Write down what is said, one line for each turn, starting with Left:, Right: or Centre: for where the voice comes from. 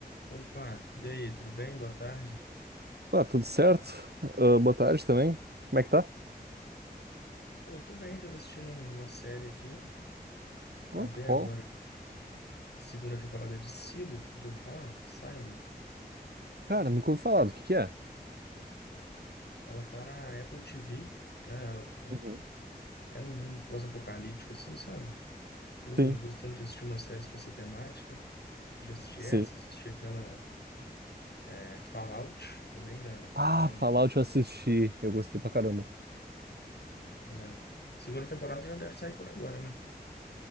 Left: Opa, e aí, tudo bem? Boa tarde.
Right: Tá, tudo certo? Ah, boa tarde também. Como é que tá?
Left: Pô, tô bem, tava assistindo um, uma série aqui. Acabei
Right: Ah, Qual?
Left: agora a segunda temporada de Silo, de eu falar? Silo.
Right: Cara, nunca ouvi falar. Do que que é?
Left: Ela tá na Apple TV, né? Ela
Right: Uhum.
Left: é num mundo pós-apocalíptico, assim, sabe? Tô
Right: Sim,
Left: gostando de assistir umas séries com essa temática. Já assisti
Right: sim.
Left: essa, assisti aquela é, Fallout também, da
Right: Ah,
Left: Prime
Right: Fallout
Left: Video.
Right: eu assisti. Eu gostei pra caramba.
Left: É, segunda temporada já deve sair por agora, né?